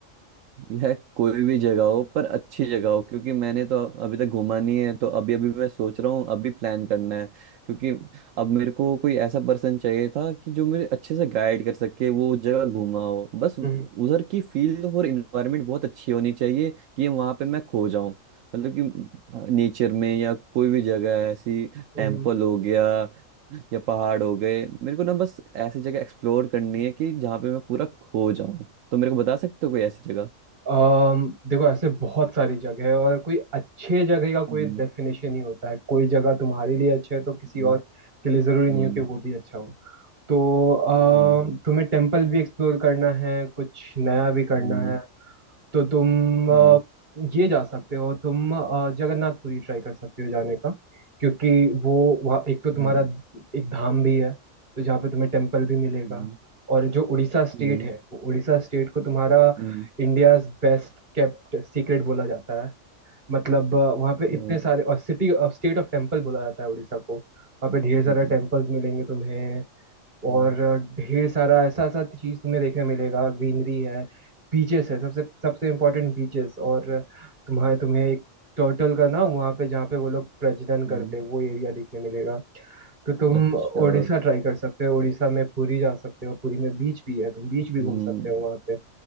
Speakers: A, on the right (about 80°); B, on the right (about 40°).
A: यह कोई भी जगह हो पर अच्छी जगह हो क्योंकि मैंने तो अभी तक घूमा नहीं है तो अभी अभी मैं सोच रहा हूँ अभी प्लान करना है क्योंकि अब मेरे को कोई ऐसा पर्सन चाहिए था कि जो मुझे अच्छे से गाइड कर सके वो जगह घूमा हो बस उधर
B: हम्म
A: की फील्ड और इन्वायरमेंट बहुत अच्छी होनी चाहिए कि वहां पे मैं खो जाऊं मतलब कि नेचर में या कोई भी जगह है, ऐसी
B: हम्म
A: टेम्पल हो गया या पहाड़ हो गए मेरे को ना बस ऐसी जगह एक्सप्लोर करनी है कि जहाँ पे मैं पूरा खो जाऊं तो मेरे को बता सकते हो कोई ऐसी जगह
B: अम, देखो ऐसे बहुत सारी जगह है और कोई अच्छे जगह का कोई
A: हम्म,
B: डेफिनेशन नहीं होता है कोई जगह तुम्हारे लिए अच्छा है तो किसी
A: हम्म,
B: और के लिए जरूरी नहीं
A: हम्म,
B: हो कि वो भी अच्छा हो तो अम,
A: हम्म,
B: तुम्हें टेम्पल भी एक्सप्लोर करना है कुछ नया भी करना
A: हम्म,
B: है तो तुम
A: हम्म,
B: अ, ये जा सकते हो तुम अ, जगन्नाथपुरी ट्राई कर सकते हो जाने का क्योंकि वो वहाँ एक तो तुम्हारा
A: हम्म,
B: एक धाम भी है तो जहाँ पे तुम्हें टेम्पल भी मिलेगा
A: हम्म,
B: और जो उड़ीसा स्टेट
A: हम्म,
B: है वो उड़ीसा स्टेट को तुम्हारा
A: हम्म,
B: इंडियाज बेस्ट केप्ट सीक्रेट बोला जाता है मतलब अ, वहाँ पे
A: और,
B: इतने सारे और city of state of temple बोला जाता है उड़ीसा को वहाँ पे ढेर
A: हम्म,
B: सारा टेम्पल्स मिलेंगे तुम्हें
A: हम्म,
B: और ढेर सारा ऐसा ऐसा चीज तुम्हें देखने मिलेगा ग्रीनरी है बीचेस है सबसे सबसे इम्पोर्टेंट बीचेस और तुम्हारे तुम्हें एक टर्टल का ना वहाँ पे जहाँ पे वो लोग प्रजनन करते
A: हम्म,
B: हैं वो एरिया देखने मिलेगा तो तुम
A: अच्छा
B: उड़ीसा ट्राई कर सकते हो उड़ीसा में पुरी जा सकते हो पुरी में बीच भी है तुम बीच भी
A: हम्म,
B: घूम सकते हो वहाँ पे